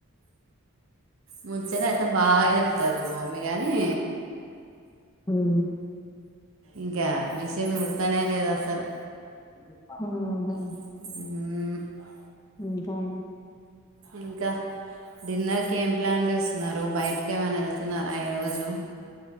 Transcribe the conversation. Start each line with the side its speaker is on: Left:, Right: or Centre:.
Right: ముంచేది అయితే బాగా చెప్తారు మా మమ్మీ కాని
Left: ఉమ్
Right: ఇంకా మిషిన్ కుడతానే లేదస్ తర్
Left: అహు అహు
Right: గజాల సౌండ్ ఉమ్
Left: ఇంకాను
Right: ఇంకా డిన్నర్కి ఏం ప్లాన్ చేస్తున్నారు బయట ఏమనా వెళ్తున్నార్. ప ఈరోజు